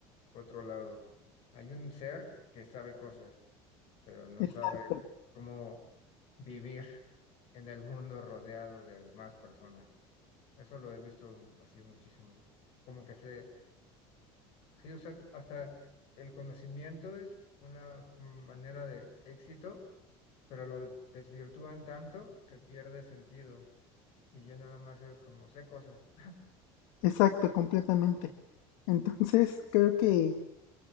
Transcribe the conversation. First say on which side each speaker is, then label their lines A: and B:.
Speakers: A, on the left; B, on the left.
A: otro lado. Hay un ser que sabe cosas, pero no
B: exacto,
A: sabe cómo vivir en el mundo rodeado de más personas. Eso lo he visto así muchísimo. Como que se Sí, o sea, hasta el conocimiento es una manera de éxito, pero lo desvirtúan tanto que pierde sentido y ya nada más es como sé cosas. <laughs>
B: exacto, completamente. Entonces creo que